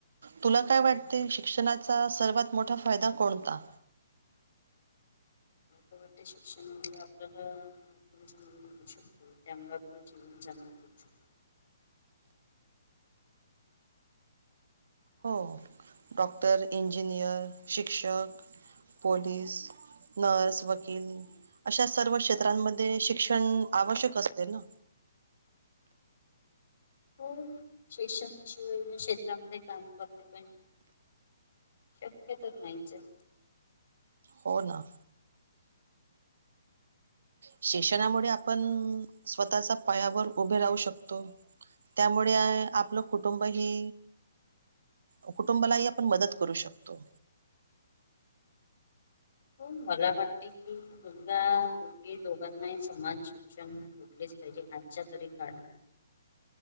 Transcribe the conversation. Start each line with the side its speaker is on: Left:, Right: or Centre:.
Right: तुला काय वाटते शिक्षणाचा सर्वात मोठा फायदा कोणता
Left: व मोठी शिक्षण आपल्याला <unintelligible> शिकतो त्यामुळे आपलं जीवन जगण्याला देऊ शकतो.
Right: हो डॉक्टर इंजिनियर शिक्षक पोलीस नर्स वकील अशा सर्व क्षेत्रांमध्ये शिक्षण आवश्यक असते ना
Left: हो शिक्षणाशिवाय या क्षेत्रामध्ये काम करणे पण शक्य तर नाहीच हाय.
Right: हो ना. शिक्षणामुळे आपण स्वतःच्या पायावर उभे राहू शकतो. त्यामुळे आपलं कुटुंब ही अ कुटुंबालाही आपण मदत करू शकतो.
Left: हो मला वाटते की मुलगा मुलगी दोघांनाही समान शिक्षण भेठलेच पाहिजे आजच्या तरी काळात.